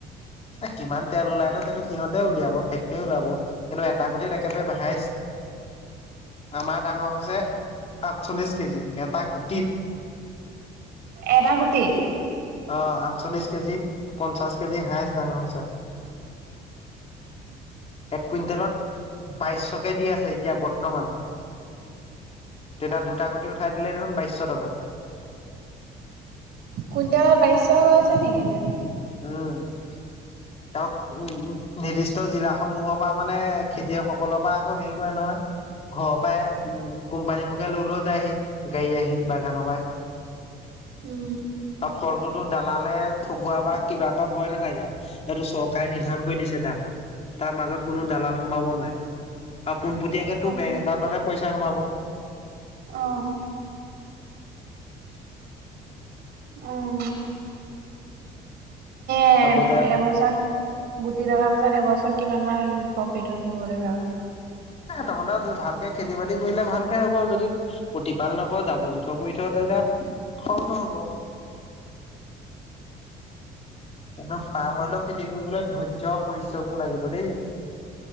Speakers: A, on the left; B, on the right.
A: এ কিমান তেল ওলাই ত সেইটো সিহঁতে উলিয়াব ফেক্টৰী ওলাব। কিন্তু এটা গুটিত একেবাৰে হাইচ্ছ আমাৰ ডাঙৰ হৈছে আঠচল্লিশ কেজি এটা গুটিত
B: এটা গুটি
A: অ', আঠচল্লিশ কেজি পঞ্চাশ কেজি হাইস্ট ডাঙৰ হৈছে। এক কুইণ্টেলত বাইছশকে দি আছে এতিয়া বৰ্তমান। তেতিয়া দুটা গুটি উঠাই দিলে দেখোন বাইছশ টকা।
B: কুইণ্টেলত বাইশ হৈ আছে নেকি এতিয়া?
A: উম, <unintelligible> উম, নিৰ্দিষ্ট জিলা সমূহৰ পৰা মানে, খেতিয়কসকলৰ পৰা আকৌ হেৰি কৰে নহয় ঘৰৰ পৰাই উ কোম্পানীবোৰকে লৈ, লৈ যায়হি, গাড়ী আহি বাগানৰ পৰা।
B: উম।
A: ফলটোতো দালালে। <unintelligible> কিবা এটা ভয় নাথাকে আৰু সেইটো চৰকাৰে নিৰ্ধাৰণ কৰি দিছে দাম। তাৰ মাজত কোনো দালাল সোমাব নোৱাৰে আৰু পোনপটীয়াকৈ তোৰ
B: অ',
A: বেংক একাউণ্টতহে পইচা সোমাব।
B: অ'। উম। এ,
A: আপোজা
B: এবছৰত <unintelligible> পাছত এবছৰত কিমান মান প্ৰফিট হ'ব বুলি ভাবা?
A: তহঁতেৰ ভালকে খেতি-বাতি কৰিলে ভালকে হ'ব যদি প্ৰতিপাল নকৰ, জাবৰ-জোঁথৰ কৰি থ' তেতিয়া ফল নহ'ব। একদম পাম অইলৰ খেতি কৰিবলৈ ধৈৰ্য্য, পৰিশ্ৰমো লাগিব দেই।